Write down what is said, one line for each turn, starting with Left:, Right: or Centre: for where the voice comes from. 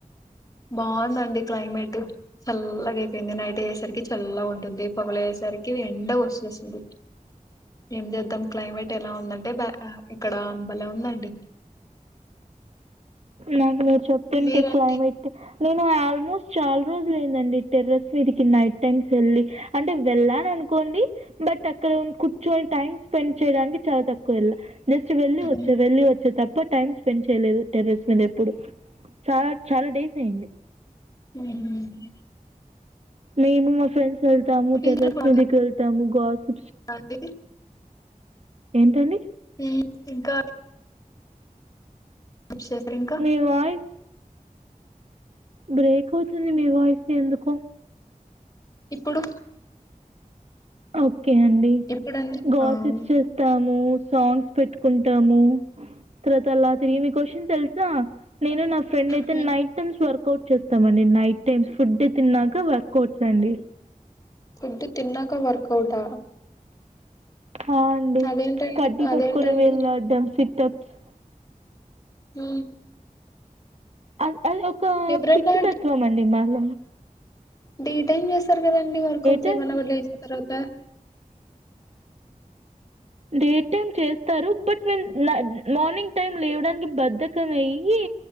Left: బావుందండి క్లైమేట్ చల్లగా అయిపోయింది నైట్ అయ్యేసరికి చల్లగుంటుంది పగలై సరకి ఎండ వచ్చేస్తుంది
Right: అ
Left: ఏం చేద్దాం క్లైమేట్ ఎలా ఉందంటే బా ఆ ఇక్కడా బలే ఉందండి
Right: నాకు నువ్ చెప్తుంటె
Left: మీరండి
Right: క్లైమేట్ నేను ఆల్మోస్ట్ చాలా రోజులు అయిందండి టెర్రస్ మీదకి నైట్ టైమ్స్ వెళ్ళి అంటే వెళ్ళానన్ నుకోండి బట్ అక్కడ కూర్చోని టైం స్పెండ్ చేయడానికి చాలా తక్కువెళ్ళ జస్ట్ వెళ్ళి
Left: ఉహు
Right: వచ్చ వెళ్ళి వచ్చ తప్ప టైం స్పెండ్ చేయలేదు టెర్రస్ మీద ఎప్పుడు చాలా చాలా డేస్ అయింది
Left: ఉమ్ హ్ హ్
Right: మేము మా ఫ్రెండ్స్ వెళ్తాము
Left: పీజీలో
Right: టెర్రస్
Left: బాగుంటుందా
Right: మీదికి వెళ్తాము గోస్
Left: అండి?
Right: ఏంటండి
Left: ఉమ్, ఇంకా సిప్స్ చేస్తరింకా
Right: మీ వాయిస్ బ్రేక్ అవుతుంది మీ వాయిస్ ఎందుకో
Left: ఇప్పుడు
Right: ఓకే అండి
Left: ఇప్పుడండి
Right: గోసిప్స్
Left: ఆ ఉమ్,
Right: చేస్తాము సాంగ్స్ పెట్టుకుంటాము తర్వాత అలా తిరిగి మీకవచ్చన్ తెలుసా నేను నాకు ఫ్రెండ్ అయితే
Left: ఉమ్.
Right: నైట్ టైమ్స్ వర్ వర్కవుట్ చేస్తామండి నైట్ టైమ్స్ ఫుడ్ తిన్నాక వర్కవుట్స్ అండి
Left: ఫుడ్ తిన్నాక వర్కవుట్ ఆ
Right: ఆ అండి
Left: అదేంటండి
Right: కడ్డి
Left: అదేంటండి
Right: పట్టుకొని వళడ్డం సిటప్స్
Left: ఊ
Right: అది అది ఒక
Left: ఎవరైనా
Right: పిచ్చితత్వం అండి మాళ
Left: డీటైం చేస్తారు కదండి వర్కౌట్స్
Right: టైమ్
Left: ఏమన్నా కూడా లేసిన తర్వాత
Right: డే టైమ్ చేస్తారు బట్ మేము నా మార్నింగ్ టైం లేవడానికి బధకం అయి